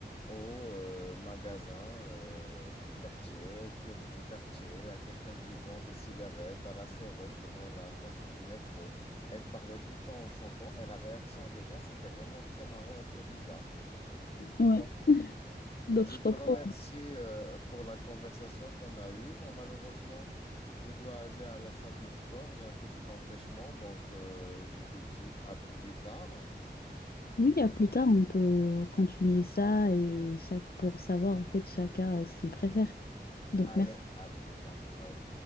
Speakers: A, on the left; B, on the left.
A: au euh, magasin euh, du quartier, au kiosque du quartier, à quelqu'un qui vend des cigarettes, à la sauvette devant la station du métro. Elle parlait tout le temps en chantant et la réaction des gens, c'était vraiment très marrant et très bizarre.
B: Ouais.
A: Bon,
B: Donc
A: je
B: je
A: te
B: comprends.
A: remercie euh, pour la conversation qu'on a eue. Moi, malheureusement, je dois aller à la salle de sport. J'ai un petit empêchement, donc euh, je te dis à plus tard.
B: Oui, à plus tard, on peut continuer ça et chaque pour savoir en fait chacun euh, ce qu'il préfère. Donc
A: Allez,
B: merci.
A: à plus tard. Ciao.